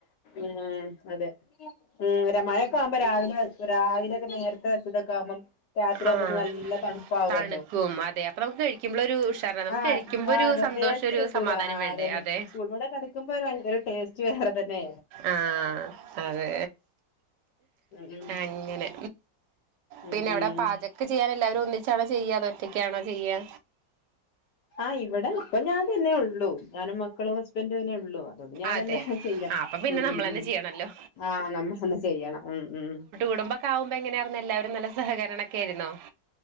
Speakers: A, on the left (about 75°); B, on the right (about 75°).
A: ഉം അതെ ഈഹ് മറ്റേ മഴൊക്കെ ആവുമ്പോ രാവിലെ രാവിലെക്കെനേർ തക്ക ആവുമ്പം രാത്രി ആകുമ്പ
B: ആ
A: നല്ല തണുപ്പാവുല്ലോ
B: തണുക്കും അതെ അപ്പൊ നമുക്ക് കഴിക്കുമ്പോ ഒരു ഉഷാറാണ് നമുക്ക്
A: ആഹ്
B: കഴിക്കുമ്പോ
A: ആ
B: ഒരു
A: അതെ
B: സന്തോഷം
A: ടേസ്റ്റ്
B: ഒരു
A: കിട്ടൂല
B: സമാധാനം
A: ആ
B: വേണ്ടേ
A: അതന്നെ
B: അതെ
A: സ്കൂലൂടെ കടക്കുമ്പോ ഭയങ്കര ടേസ്റ്റ് വേറെ തന്നെ
B: ആ അതെ
A: ഉം ഉം
B: അങ്ങനെ
A: ഉം
B: പിന്നെ അവിടെ
A: ഉം
B: പാചക് ചെയ്യാൻ എല്ലാവരും ഒന്നിച്ചാണോ ചെയ്യാ അതോ ഒറ്റക്കാണോ ചെയ്യാ
A: ആ ഇവിടെ ഇപ്പൊ ഞാൻ തന്നെ ഉള്ളൂ ഞാനും മക്കളും ഹസ്ബൻറും തന്നെ ഉള്ളു ഞാൻ
B: അതെ
A: തന്നെ ചെയ്യാം
B: ആഹ് അപ്പൊ പിന്നെ
A: ഉ
B: നമ്മളന്നെ
A: ഉ ഉം
B: ചെയ്യണല്ലോ
A: ആഹ നമ്മൾ തന്നെ ചെയ്യണം ഉ ഉം
B: കുടുംബം ഒക്ക ആകുമ്പോ എങ്ങനെയായിരുന്നു എല്ലാവും നല്ല സഹകരണം ഒക്കെ ആയിരുന്നോ